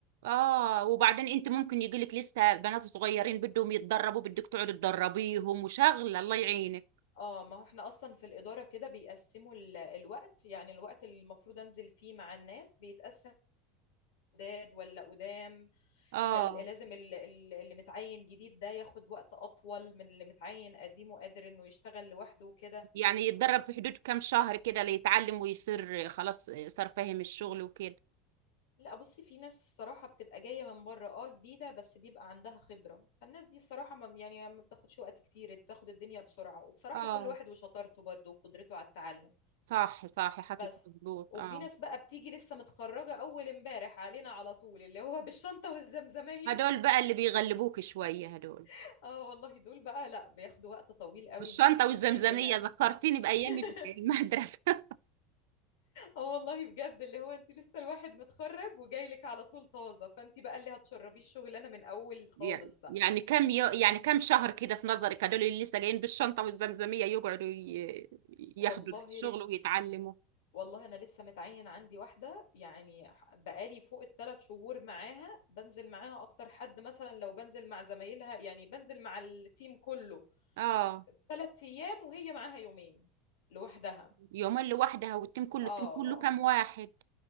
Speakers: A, on the right; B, on the left.
A: اه وبعدين انت ممكن يجيلك لسه بنات صغيرين بدهم يتدربوا بدك تقعدي تدربيهم وشغله الله يعينك
B: اه ما هو احنا اصلا في الإدارة كده بيقسموا ال- الوقت يعني الوقت اللي المفروض انزل فيه مع الناس بيتقسم جداد ولا قدام
A: اه
B: فلازم اللي متعين جديد ده ياخد وقت اطول من اللي متعين قديم وقادر انه يشتغل لوحده وكده
A: يعني يتدرب في حدود كام شهر كده ليتعلم ويصير خلاص صار فاهم الشغل وكده
B: لا بصي في ناس الصراحة بتبقى جاية من بره اه جديدة بس بيبقى عندها خبرة فالناس دي الصراحة ما يعني ما بتاخدش وقت كتير بتاخد الدنيا بسرعة وبصراحة
A: اه
B: كل واحد وشطارته برضه وقدرته على التعلم
A: صح صح حكيك
B: بس
A: مظبوط
B: وفي
A: اه
B: ناس بقى بتيجي لسه متخرجة أول امبارح علينا على طول اللي هو بالشنطة والزمزمية
A: هدول بقى اللي بيغلبوك شوية هدول
B: <laughs> اه والله دول بقى لا بياخدوا وقت طويل قوي
A: بالشنطة
B: انت مش متخيلة
A: والزمزمية ذكرتيني بأيام
B: <laughs>
A: المدرسة <laughs>
B: اه والله بجد اللي هو انت لسه الواحد متخرج وجاي لك على طول طازة فانت بقى اللي هتشربيه الشغلانة من أول خالص
A: يعني
B: بقى
A: يعني كم يو يعني كم شهر كده في نظرك هدول اللي لسه جايين بالشنطة والزمزمية يقعدوا ي- ياخدوا
B: والله
A: الشغل ويتعلموا
B: والله انا لسه متعين عندي واحده يعني ح- بقالي فوق الثلاث شهور معاها بنزل معاها اكتر حد مثلا لو بنزل مع زمايلها يعني بنزل مع التيم كله
A: اه
B: ثلاث ايام وهي معاها يومين لوحدها
A: يومين لوحدها والتيم كله
B: اه
A: التيم كله
B: اه
A: كام واحد